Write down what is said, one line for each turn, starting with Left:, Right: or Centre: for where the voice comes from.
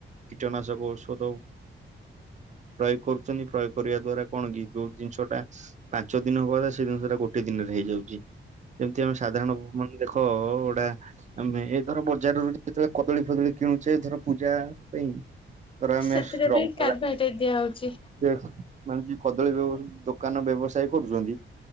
Right: କୀଟନାଶକ ଔଷଦ। ପ୍ରୟୋଗ କର୍ଚନ୍ତି ପ୍ରୟୋଗ୍ କରିବା ଦ୍ଵାରା କଣ କି ଯୋଉ ଜିନ୍ଷ ଟା ପାଞ୍ଚ ଦିନ ହବାକଥା ସେଦିନ ସେଟା ଗୋଟେ ଦିନରେ ହେଇଯାଉଚି ଯେମିତି ଆମେ ସାଧାରଣ ମାନ୍ ଦେଖ ଗୋଟା ଆମେ ଏ ଧର ବଜାରରୁ ଯେତେବେଳେ କଦଳୀ ଫଦଳୀ କିଣୁଚେ ଧର ପୂଜା ପାଇଁ ଧର ଆମେ
Left: ସେଥିରେ
Right: ରବାର
Left: ବି କାର୍ବାଇଟ
Right: ରା
Left: ଦିଆ ହଉଛି
Right: ସେ ମାନେ ଯିଏ କଦଳୀ ଦୋକାନ ବ୍ୟବସାୟ କରୁଚନ୍ତି